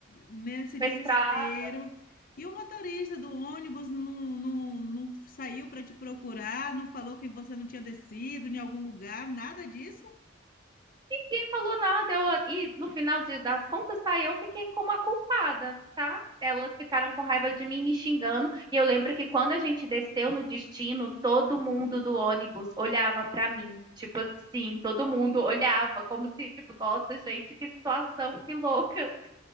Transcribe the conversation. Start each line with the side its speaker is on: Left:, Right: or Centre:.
Left: nesse
Right: pra
Left: desespero.
Right: estrada.
Left: E o motorista do ônibus não, não, não saiu para te procurar, não falou que você não tinha descido em algum lugar, nada disso?
Right: Ninguém falou nada. Eu, e no final de- das contas, tá? Eu fiquei como a culpada, tá? Elas ficaram com raiva de mim me xingando. E eu lembro que quando a gente desceu no destino, todo mundo do ônibus olhava pra mim. Tipo assim, todo mundo olhava, como se, tipo, nossa, gente, que situação, que louca.